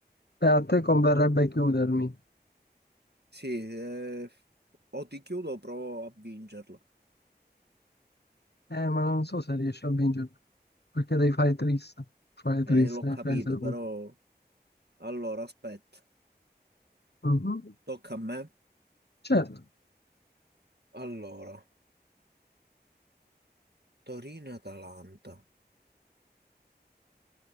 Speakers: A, on the left; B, on the right.
A: E a te converrebbe chiudermi.
B: Sì, eh, o ti chiudo o provo a vincerla.
A: Eh, ma non so se riesci a vincere, perché devi fare triste. Fare
B: Eh,
A: triste,
B: l'ho capito,
A: devi prendere
B: però...
A: punti.
B: Allora, aspetta,
A: Mhm.
B: tocca a me.
A: Certo.
B: Allora, Torino-Atalanta,